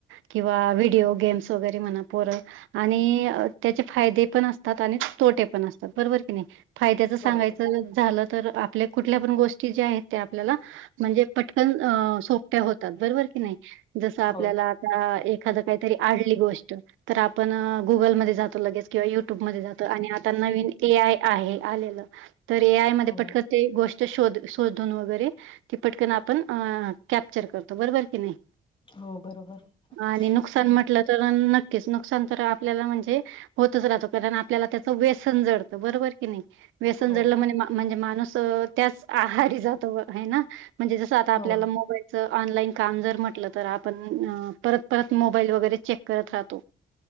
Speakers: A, on the right; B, on the left.
A: किंवा व्हिडिओ गेम्स वगैरे म्हणा पोरं आणी त्याचे फायदे पण असतात आणी तोटे पण असतात. बरोबर की नाही फायद्याच
B: बरोबर
A: सांगायच झालं तर आपल्या कुठल्या पण गोष्टी ज्या आहेत त्या आपल्याला म्हणजे पटकन अ ते होतं बरोबर की नाही जसं आपल्याला
B: हो
A: आता एखाद काहीतरी आडली गोष्ट तर आपण गुगलमध्ये जातो लगेच किंवा युट्यूब मध्ये जातो आणि आता नवीन ए आय आहे आलेलं तर ए आय मध्ये
B: हो
A: पटक ते गोष्ट शोध शोधून वगैरे ती पटकन आपण कॅप्चर करतो बरोबर की नाही.
B: हो बरोबर.
A: आणी नुकसान
B: बरोबर
A: म्हटलं तर नक्कीच नुकसान तर आपल्याला म्हणजे होतच राहतो कारण आपल्याला त्याच व्यसन जडतं बरोबर की नाही? व्यसन
B: हो
A: जडलं म्हण म्हणजे माणूस त्याच आहारी जातो आहे ना? म्हणजे जसं आता आपल्याला
B: हो
A: मोबाईलचं ऑनलाईन काम जर म्हटलं तर आपण परत परत मोबाईल वगैरे चेक करत राहतो.